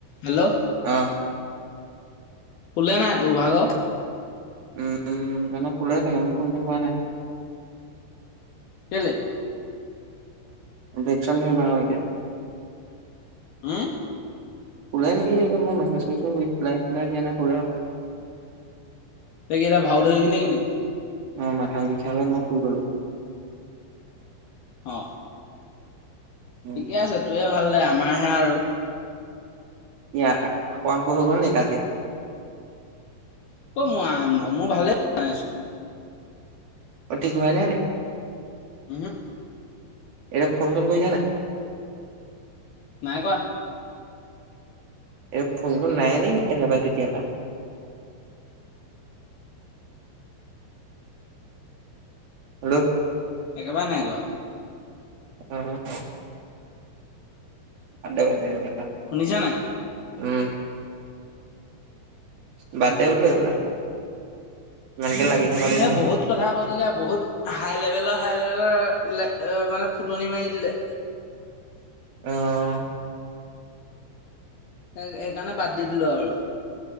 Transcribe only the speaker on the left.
Hello
কোলে নাই তোভাগৰ
কেলে
হম',
ত‌ই কি এতিয়া ভাও ধৰিবি নে কি নু
অ',
ঠিকে আছে। তোৱে ভাল দে আমাৰহে আৰু
ক', মো আৰম্ভ মোৰ ভালে নাইচোন।
উম', হম,
নাই কৰা।
একেবাৰে নাই কৰা।
শুনিছা নাই?
এই
বহুত কথা কৈ দিলে বহুত হাই লেভেলৰ হাই লেভেলৰ এ মানে ফুটনি মাৰি দিলে।
তাক সেইকাৰণে বাদ দি দিলো আৰু